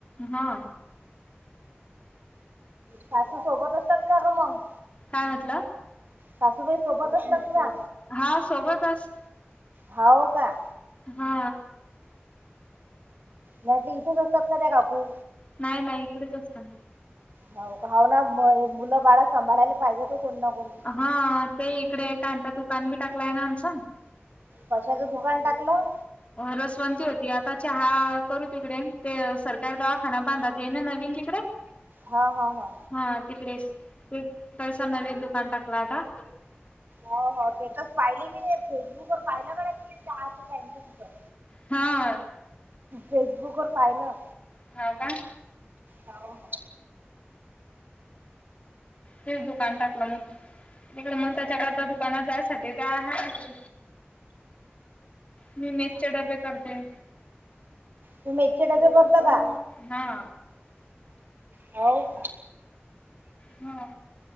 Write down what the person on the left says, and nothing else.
हा
काय म्हटला
हा सोबतस
हा
नाय नाय इकडेच असतात.
हा ते इकडे एक आंता दुकान बी टाकलाय ना आमच.
रसवंती होती आता चहा करू तिकडे ते सरकारी दवाखाना बांधाते ना नवीन तिकडे. <inaudible>
हा तिकडेच ते तसा नवीन दुकान टाकला आता.
हा.
हाव का?
तेच दुकान टाकलं मग. तिकडे मग त्याच्याकरता दुकानात जायसाठी ते हाय तिकडे. मी मेसचे डबे करते.
हा.
ह